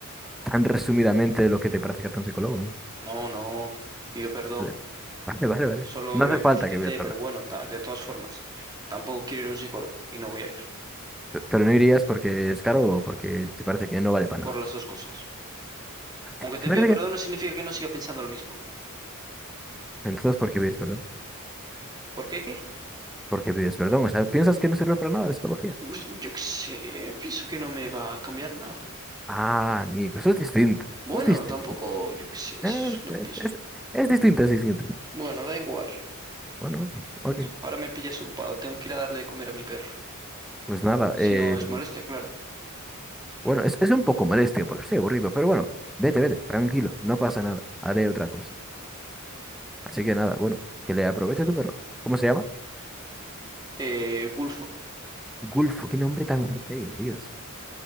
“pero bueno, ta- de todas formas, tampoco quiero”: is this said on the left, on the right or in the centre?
Right